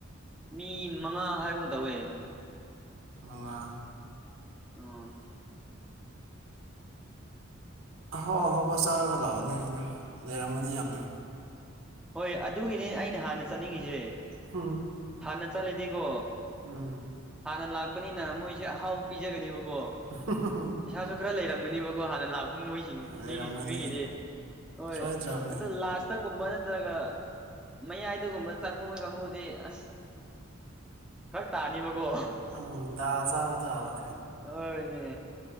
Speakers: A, in the centre; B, on the right.
A: ꯃꯤ ꯃꯉꯥ ꯍꯥꯏꯒꯨꯝ ꯇꯧꯋꯦ
B: ꯃꯉꯥ
A: ꯑꯣ
B: ꯑꯍꯥꯎ ꯑꯍꯥꯎꯕ ꯆꯥꯔꯒ ꯂꯥꯛꯑꯣꯅꯦꯅ ꯂꯩꯔꯝꯒꯅꯤ ꯌꯥꯝꯅ
A: ꯍꯣꯏ ꯑꯗꯨꯒꯤꯅꯤ ꯑꯩꯅ ꯍꯥꯟꯅ ꯆꯠꯅꯤꯡꯉꯤꯁꯦ
B: ꯍꯨꯝ
A: ꯍꯥꯟꯅ ꯆꯠꯂꯗꯤꯀꯣ
B: ꯎꯝ
A: ꯍꯥꯟꯅ ꯂꯥꯛꯄꯅꯤꯅ ꯃꯣꯏꯁꯦ ꯑꯍꯥꯎꯕ ꯄꯤꯖꯒꯅꯤꯕꯀꯣ
B: <unintelligible>
A: ꯄꯩꯁꯥꯁꯨ ꯈꯔ ꯂꯩꯔꯒꯅꯤꯕꯀꯣ ꯍꯥꯟꯅ ꯂꯥꯛꯄ ꯃ ꯃꯣꯏꯁꯤꯡ
B: ꯂꯩꯔꯝꯒꯅꯤ
A: ꯃꯤꯒꯤ ꯃꯤꯒꯤꯗꯤ ꯍꯣꯏ
B: ꯁꯣꯏꯗ꯭ꯔꯕꯅꯤ
A: ꯑꯗꯣ ꯂꯥꯁꯇ ꯒꯨꯝꯕꯅ ꯑꯗꯨ ꯍꯥꯏꯔꯒ ꯃꯌꯥꯏꯗꯒꯨꯝꯕ ꯆꯪꯕ ꯃꯣꯏ ꯀꯥꯡꯒꯨꯗꯤ ꯑꯁ ꯐꯔꯛ ꯇꯥꯅꯤꯕꯀꯣ
B: ꯎꯝ ꯗꯥꯜ ꯆꯥꯕ ꯇꯥꯕ
A: ꯍꯣꯏꯅꯦ